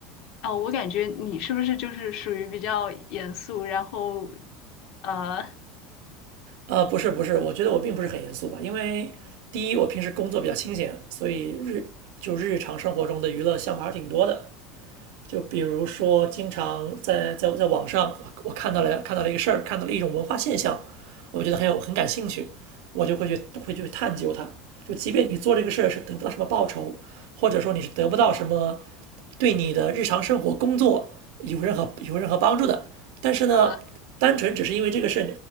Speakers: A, on the left; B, on the right.
A: 哦，我感觉你是不是就是属于比较严肃，然后，呃
B: 呃，不是不是，我觉得我并不是很严肃吧，因为第一，我平时工作比较清闲，所以日就日常生活中的娱乐项目还是挺多的。就比如说，经常在在在网上，我看到了看到了一个事儿，看到了一种文化现象，我觉得很有很感兴趣，我就会去会去探究它。就即便你做这个事儿是得不到什么报酬，或者说你是得不到什么对你的日常生活工作有任何有任何帮助的，但是呢，
A: 呃，
B: 单纯只是因为这个事儿